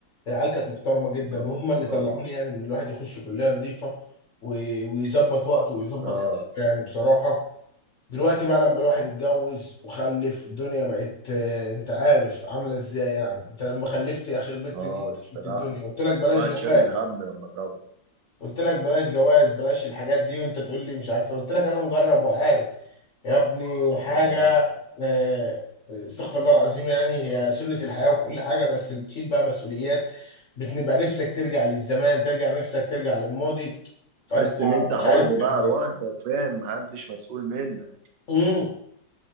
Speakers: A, on the left (about 50°); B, on the right (about 70°).
A: العيال كانت محترمه جدا
B: اه
A: وهم اللي
B: اه
A: طلعوني يعني ان الواحد يخش كليه نظيفه و- ويظبط وقته ويظبط
B: اه
A: حياته يعني بصراحه دلوقتي بقى لما الواحد اتجوز وخلف الدنيا بقت آه، انت عارف عامله ازاي يعني انت لما خلفت اخر بنت
B: اه
A: دي
B: الصراحة
A: شفت الدنيا قلت لك بلاش
B: الواحد
A: جواز
B: شايل الهم لما ضرب
A: قلت لك بلاش جواز بلاش الحاجات دي وانت تقول لي مش عارفه قلت لك انا مجرب وعارف يا ابني حاجة
B: اه
A: آه، استغفر الله العظيم يعني هي سنة الحياة وكل حاجة بس بتشيل بقى مسؤوليات بتبقى نفسك ترجع للزمان ترجع نفسك ترجع للماضي فأنت
B: تحس ان انت
A: مش
B: حر
A: عارف تعمل
B: بقى لوحدك
A: ايه
B: فاهم محدش مسؤول منك
A: امم